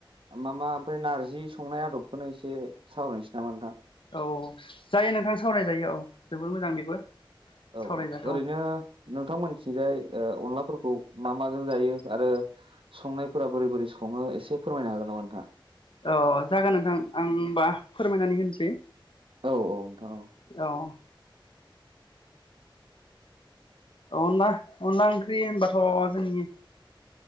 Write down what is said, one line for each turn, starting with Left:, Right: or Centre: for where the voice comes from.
Right: मा मा ओमफ्राय नारजि संनाय आदबखौनो एसे सावरायनोसै नामा नोंथां?
Left: औ जायो नोंथां सावरायजायो औ जोबोर मोजां बेबो
Right: औ
Left: सावरायजाथाव।
Right: ओरैनो नोंथांमोनथिंजाय अनलाफोरखौ मा माजों जायो आरो संनायफोरा बोरै बोरै सङो एसे फोरमायनो हागोन नामा नोंथां?
Left: अह जागोन नोंथां आं होमबा फोरमायनानै होनोसै।
Right: औ औ नोंथां औ।
Left: अह। अनला अनला ओंख्रि होनबाथ' जोंनि